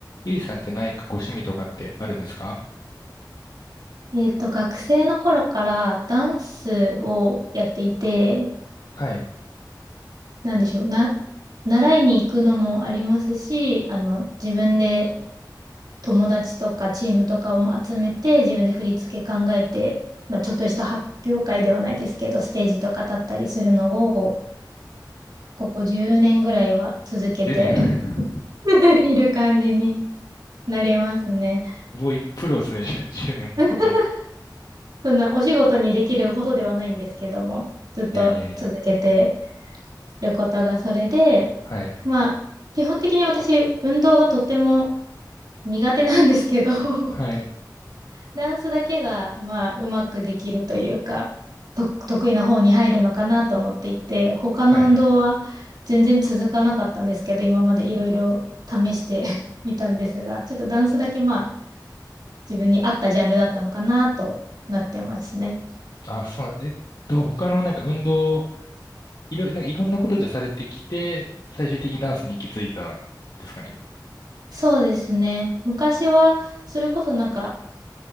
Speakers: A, on the left; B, on the right.
A: ゆいさんって何かご趣味とかってあるんですか
B: えっと、学生の頃からダンスをやっていて、
A: はい。
B: なんでしょう、な、習いに行くのもありますし、あの、自分で友達とかチームとかを集めて、自分で振り付け考えて、まあ、ちょっとした発表会ではないですけど、ステージとか立ったりするのを、ここ10年ぐらいは続けて
A: 10年。<laughs>
B: <laughs> いる感じになりますね。
A: すごいプロですね。じゃあ10年もやってたら。
B: <laughs>
A: い
B: そんなお仕事にできるほどではないんですけども、ずっと続けて
A: やいやいや。
B: ることがそれで、
A: はい。
B: まあ、基本的に私、運動がとっても苦手なんですけど、<laughs>
A: はい。
B: ダンスだけが、まあ、うまくできるというか、と、得意な方に入るのかなと思っていて、他の運動は全然続かなかったんですけど、
A: はいはい。
B: 今までいろいろ試して <laughs> みたんですが、ちょっとダンスだけ、まあ、自分に合ったジャンルだったのかなとなってますね。
A: あ、そうなん、えっと、他のなんか運動、いろ、なんかいろんなことじゃされてきて、最終的にダンスに行き着いたんですかね。
B: そうですね。昔は、それこそなんか、